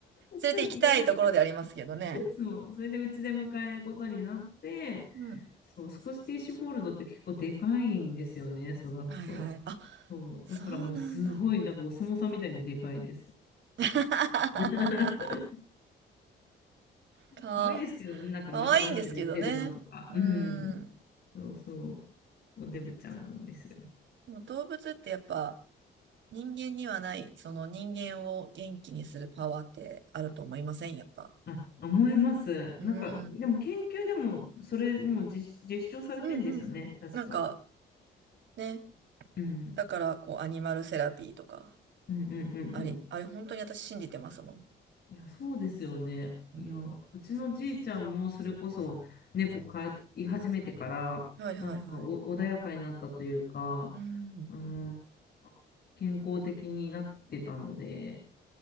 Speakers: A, on the right; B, on the left.
A: 連れて行きたいところでありますけどね。
B: <laughs> で、ねそう、それでうちで迎えることになって、
A: うん。
B: そう、スコティッシュフォールドって結構でかいんですよね、育つと。
A: はいはい。あ、
B: そう、
A: そうなんだ。
B: だからもうすごい、なんかお相撲さんみたいにでかいです。
A: <laughs>
B: <laughs>
A: か、
B: 可愛いですけどね、なんかお腹出して寝てるのとか。
A: かわいいんですけどね。う
B: うん。
A: ん。
B: そうそう、おデブちゃんなんですよ。
A: でも動物ってやっぱ人間にはない、その人間を元気にするパワーってあると思いませんやっぱ。
B: あ、思います。
A: うん。
B: なんか、でも研究でも、それもう実、実証されてんですよね、
A: うんうん。
B: 確か。
A: なんかね、
B: うん。
A: だからこうアニマルセラピーとか、
B: うんうんうんうん。
A: あれ、あれ本当に私信じてますもん。
B: いや、そうですよね。
A: うん。
B: いや、うちのじいちゃんもそれこそ猫飼い始めてから、
A: はいはいはい。
B: なんかお穏やかになったというか、
A: うん。
B: うん、健康的になってたので、